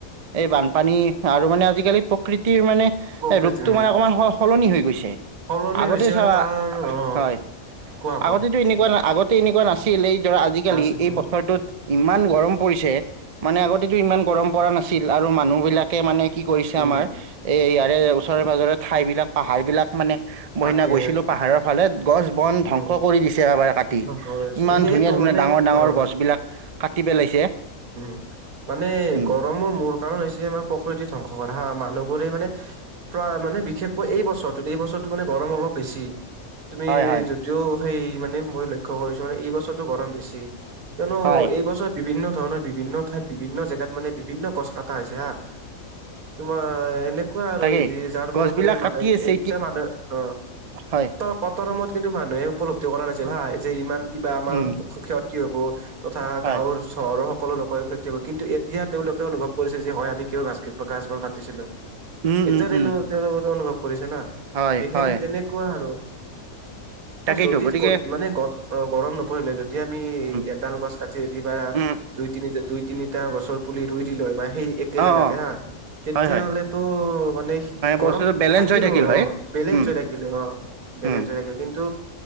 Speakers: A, on the right; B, on the right.
A: এই বানপানী আৰু মানে আজিকালি প্ৰকৃতিৰ মানে
B: প্ৰকৃতি
A: ৰূপতটো
B: উম
A: মানে অকমান স সলনি হৈ গৈছে।
B: সলনি
A: আগতে
B: হৈছে মানে
A: চাহ
B: তাৰ অ
A: হয়
B: কোৱা কোৱা
A: আগতেতো এনেকুৱা নাই আগত তে এনেকুৱা নাছিল। এই ধৰা আজিকালি
B: নাছিলো
A: এই বছৰটোত ইমান গৰম পৰিছে মানে আগতে টো ইমান গৰম পৰা নাছিল আৰু মানুহ বিলাকে মানে কি কৰিছে
B: উম
A: আমাৰ এ ইয়াৰে ওচৰে পাজৰে ঠাই বিলাক পাহাৰ বিলাক মানে মই
B: কাতে
A: সিদিনা গৈছিলোঁ পাহাৰৰ ফালে, গছ-বন ধ্বংস
B: উম
A: কৰি দিছে এবাৰে কাটি।
B: ধ্বংস কৰি আছে
A: ইমান
B: সেইটো
A: ধুনীয়া-ধুনীয়া
B: মানে
A: ডাঙৰ-ডাঙৰ
B: অ
A: গছ বিলাক কাটি পেলাইছে।
B: উম মানে
A: উম
B: গৰমৰ মূল কাৰণ হৈছে আমাৰ প্ৰকৃতি ধ্বংস কৰে হা মানুহবোৰে মানে প্ৰায় মানে বিশেষকৈ এই বছৰটোত এই বছৰতো মানে গৰম অলপ বেছি। তুমি
A: হয় হয়
B: যদিও সেই মানে মই লক্ষ্যয় কৰিছো মানে এই বছৰটো গৰম বেছি। কিয়নো
A: হয়
B: এইবছৰ বিভিন্ন ধৰণৰ বিভিন্ন ঠাইত, বিভিন্ন জেগাত মানে বিভিন্ন গছ কটা হৈছে হা। তোমাৰ এনে এনেকুৱা আৰু
A: তাকেই
B: যি যাৰ
A: গছ
B: ফলত
A: বিলাক
B: মানে
A: কাটি
B: মানুহে
A: আছে
B: এতিয়া মানুহে অ
A: হয়
B: কতো কটাৰ সময়ত কিন্তু মানুহে উপলব্ধি কৰা নাছিল হা যে ইমান কিবা আমাৰ
A: উম
B: ক্ষয়তি হ'ব। তথা
A: হয়
B: গাঁৱৰ চহৰৰ সকলো লোকৰ ক্ষয়তি হ'ব, কিন্তু এতিয়া তেওঁলোকে অনুভৱ কৰিছে যে হয় আমি কিয় গাছ গছবোৰ কাটিছিলোঁ।
A: উম
B: এতিয়া
A: উম
B: <unintelligible>
A: উম
B: অনুভৱ কৰিছে না।
A: হয়
B: ঠিক
A: হয়
B: সেন তেনেকুৱা আৰু।
A: তাকেইতো
B: যদি
A: গতিকে
B: ক মানে গ গৰম নপৰিলে যদি যদি আমি
A: উম
B: এডাল গছ কাটি যদি বা
A: উম
B: দুই তিনি দুই তিনিটা গছৰ পুলি ৰুই দিলোঁ হয়, মানে সেই একে
A: অ অ
B: জেগাতে হা তেতিয়া
A: হয় হয়
B: হ'লেতো মানে গৰম
A: বস্তুটো বেলেঞ্চ
B: থাকিলোঁ
A: হৈ থাকিল হয়।
B: অ বেলেজয়
A: উম,
B: থাকিলোঁ হৈ অ। বেলেঞ্চ
A: উম।
B: হৈ থাকিল কিন্তু